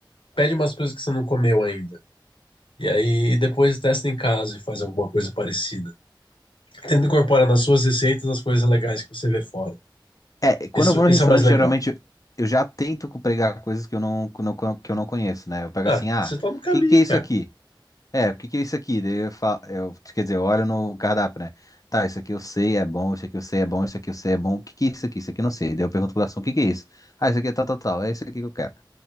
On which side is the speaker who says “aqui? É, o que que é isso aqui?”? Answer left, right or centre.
Left